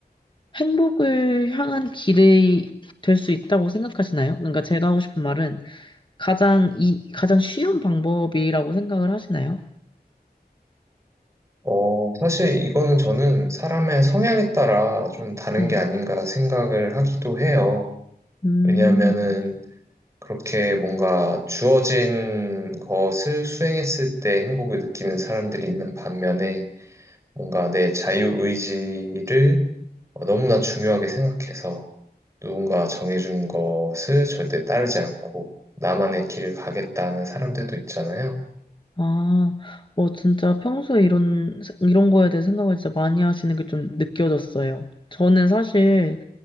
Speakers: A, on the left; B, on the right.
A: 행복을 향한 길이 될 수 있다고 생각하시나요? 그러니까 제가 하고 싶은 말은, 가장 이 가장 쉬운 방법이라고 생각을 하시나요?
B: 어, 사실 이거는 저는 사람의 성향에 따라 좀 다른
A: 네.
B: 게 아닌가 생각을 하기도 해요.
A: 음.
B: 왜냐하면은 그렇게 뭔가 주어진 것을 수행했을 때 행복을 느끼는 사람들이 있는 반면에 뭔가 내 자유의지를 어, 너무나 중요하게 생각해서 누군가 정해준 것을 절대 따르지 않고 나만의 길을 가겠다는 사람들도 있잖아요.
A: 아, 어 진짜 평소에 이런 이런 거에 대해 생각을 진짜 많이 하시는 게 좀 느껴졌어요. 저는 사실